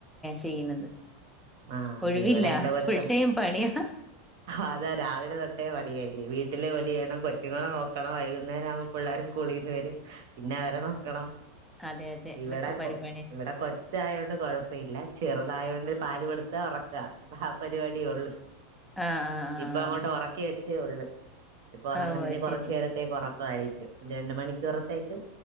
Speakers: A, in the centre; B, on the right (about 65°).
A: ചെയ്യുന്നത്
B: ആഹ
A: ഒഴിവില്ല
B: ഇവിടെ എറെ കൊച്ചോ
A: ഫുൾ ടൈം പണിയാ
B: അതാ രാവിലെ തൊട്ട ഒട്ടേ പടിയായില്ലേ വീട്ടില്െ പോല ചെയ്യണം കൊച്ചുങ്ങളെ നോക്കണം വൈകുന്നേരം ആവുമ്പ പിള്ളേും സ്കൂളിൽ നിന്ന് വരും പിന്നെ അവരെ നോക്കണ
A: അതെ അതെ
B: ഇവിടെ
A: അതൊക്കെ പരിപാടി
B: കൊ ഇവിടെ കൊച്ചായോണ്ട് കൊഴപ്പ ഇല്ല ചെറുതായൊണ്ട് പാല് കൊടുത്താ ഉറക്ക ആ പരിപാടിയള്ളു
A: ആഹ് ആഹ്
B: ഇപ്പൊ അങ്ങോട്ട് ഉറക്ക പച്ച ഉള്ള ഇപ്പൊ ഉറങ്ങുന്ന
A: ആഹ് ഓഹ്
B: ഇനി
A: അത്
B: കൊറച്ചു
A: ശരി
B: നേരത്തേ ക്ക ആയിരിക്കും രണ്ട മണിക്കൂറത്തേക്ക്